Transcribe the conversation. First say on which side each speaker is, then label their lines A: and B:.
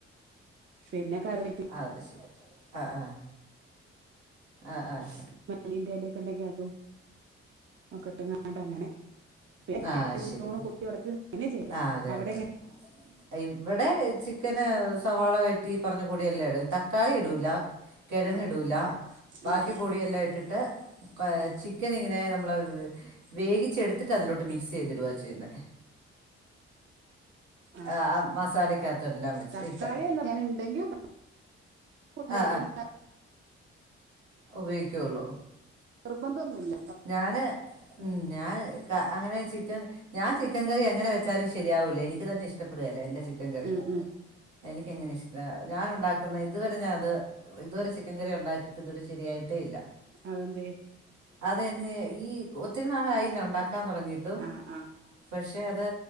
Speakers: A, on the right; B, on the right.
A: പിന്നെ കറിവേപ്പി
B: അത് ശെരി ആഹ് ആഹ് ആഹ് ആഹ്
A: മല്ലിന്റെ എലേക്കെ ഉണ്ടെങ്കി അതും ഒക്കെ ഇട്ട്ങ്ങാണ്ട് അങ്ങനെ
B: ആഹ്
A: പിന്നെ
B: ആഹ്
A: നല്ലോണം
B: ശരി
A: കുത്തി ഒടച്ച് അങ്ങനെ ചെയ്യല്
B: ആഹ് അതെ
A: അവിടെങ്ങ
B: അതെ ഇവിടെ ചിക്കന് സവാള വയറ്റി പറഞ്ഞ പൊടി എല്ലാം ഇടും തക്കാളി ഇടൂല കെഴങ്ങ്
A: ആഹ്
B: ഇടൂല ബാക്കി
A: ഉം
B: പൊടിയെല്ലാം ഇട്ടിട്ട് കൊയച്ചി
A: ഉം
B: ചിക്കൻ ഇങ്ങനെ നമ്മള് വേഗിച്ചെടുത്തിട്ട് അതിലോട്ട് മിക്സെയ്തിടുവ ചെയ്യുന്നെ
A: ആഹ്
B: ആ മസാലയ്ക്കകത്തെല്ലാം വെച്ച്
A: തക്കാളി
B: ഇട്ട്
A: എന്താ ഞാൻ ഉണ്ടെങ്കി ഉപ <inaudible>
B: ആ ഉപയോക്കള്ളൂ
A: നിർബന്ധൊന്നുംല്ല
B: ഞാന് ഉം ഞാൻ ക അങ്ങനെ ചിക്കൻ ഞാൻ ചിക്കൻ കറി എങ്ങനെ വെച്ചാലും ശരിയാവൂല്ല എനിക്ക് തന്നെ ഇഷ്ടപെടുകേല എന്റെ ചിക്കൻ കറി
A: ഉം ഉം
B: എനക്കങ്ങനെ ഇഷ്ട ഞാന ഉണ്ടാക്കുന്ന ഇതുവരെ ഞാൻ അത് ഇതുവരെ ചിക്കൻ കറി ഉണ്ടാക്കിയിട്ട് ഇതുവരെ ശരിയായിട്ടേ ഇല്ല
A: അതെന്തേ
B: അതെ ഈ ഒത്തിരി നാളായില്ല ഉണ്ടാക്കാൻ തുടങ്ങിട്ടും
A: ആഹ് ആഹ്
B: പക്ഷെ അത്